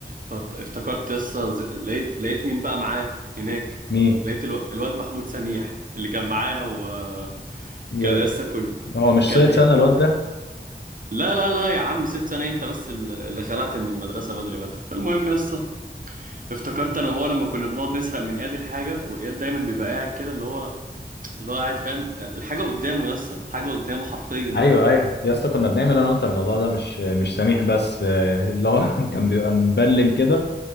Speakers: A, on the right (about 50°); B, on the left (about 85°).
A: فت- افتكرت يسا ز- لقيت لقيت مين بقى معاه هناك
B: مين
A: لقيت الو... الواد محمود سميح اللي كان معانا وكان
B: يا
A: يسا كن...
B: هو مش
A: كان
B: سايت
A: إيه؟
B: سنة الواد ده
A: لا لا لا يا عم ست سنة انت بس ال- اللي خلعت من المدرسة بدري بدري فالمهم يسا افتكرت انا وهو لما كنا بنقعد نسرق من اياد الحاجة واياد دايما بيبقى قاعد كده اللي هو اللي هو قاعد فاهم الحاجة قدامه يسا الحاجة قدامه حرفيا
B: ايوه ايوه يا اسطى كنا بنعمل انا وانت الموضوع ده مش مش سميح بس آه، اللي هو <laughs> كان بيبقى مبلم كده